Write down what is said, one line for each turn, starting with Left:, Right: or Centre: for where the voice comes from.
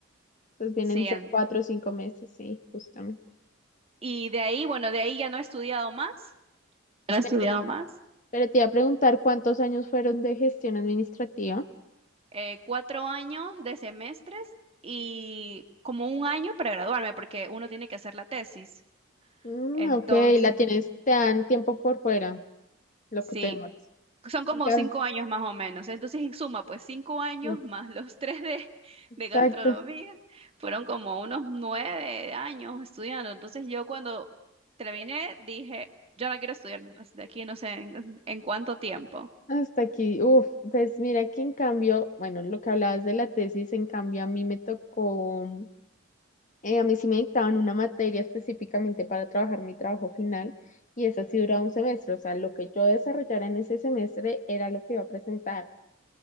Left: Entonces vienen
Right: Sí.
Left: a ser
Right: en-
Left: cuatro o cinco meses, sí, justamente.
Right: Y de ahí, bueno, de ahí ya no he estudiado más. No he estudiado
Left: Pero,
Right: más.
Left: pero te iba a preguntar cuántos años fueron de gestión administrativa.
Right: eh, cuatro años de semestres y como un año para graduarme, porque uno tiene que hacer la tesis.
Left: Mm,
Right: Entonces,
Left: ok, la tienes, te dan tiempo por fuera, lo
Right: sí,
Left: que te demoras.
Right: son como
Left: Ca-
Right: cinco años más o menos. Entonces, en suma, pues cinco años
Left: no,
Right: más los <laughs> tres de,
Left: Exacto.
Right: de gastronomía, fueron como unos nueve años estudiando. Entonces, yo cuando terminé, dije, yo no quiero estudiar más de aquí, no sé en, en cuánto tiempo.
Left: Hasta aquí, uff, pues mira que en cambio, bueno, lo que hablabas de la tesis, en cambio a mí me tocó Eh, a mí sí me dictaban una materia específicamente para trabajar mi trabajo final y esa sí duraba un semestre, o sea, lo que yo desarrollara en ese semestre era lo que iba a presentar.